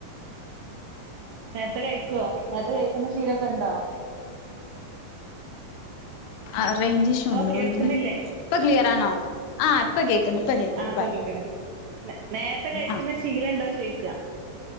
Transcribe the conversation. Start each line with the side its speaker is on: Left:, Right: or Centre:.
Right: നേര്ത്തെ കയ്ക്കോ നേര്ത്തെ കയ്ക്കുന്ന ശീലൊക്കെ ണ്ടോ
Left: ആ റേഞ്ച് ഇഷ്യു ഉണ്ടോന്ന്ണ്
Right: കേൾക്കുന്നില്ലേ
Left: ഇപ്പൊ ക്ലിയറാണോ ആ ഇപ്പൊ കേക്ക്ണ്ട് ഇപ്പ കേക്ക്ണ്ട്
Right: ആ ഇപ്പൊ
Left: പറഞ്ഞോ
Right: കേൾക്ക നേരത്തെ കയ്ക്കുന്ന
Left: ആഹ്
Right: ശീലണ്ടോ ചോയ്ക്ക